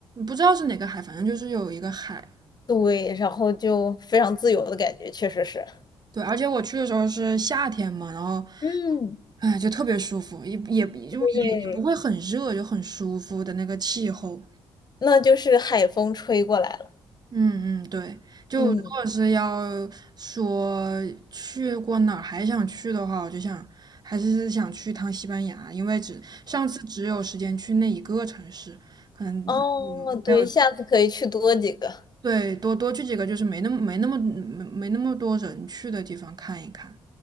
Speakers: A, on the right (about 35°); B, on the left (about 40°).
A: 不知道是哪个海，反正就是有一个海。
B: 对，然后就非常自由的感觉，确实是。
A: 对，而且我去的时候是夏天嘛，然后
B: 嗯，
A: 哎就特别舒服，也也就也也不会很热，
B: 对，
A: 就很舒服的那个气候。
B: 那就是海风吹过来了。
A: 嗯嗯，对，就如果是要
B: 嗯，
A: 说去过哪儿还想去的话，我就想还是想去趟西班牙，因为只上次只有时间去那一个城市，可能嗯没有，
B: 哦，对，下次可以去多几个。
A: 对，多多去几个就是没那么没那么没没那么多人去的地方看一看。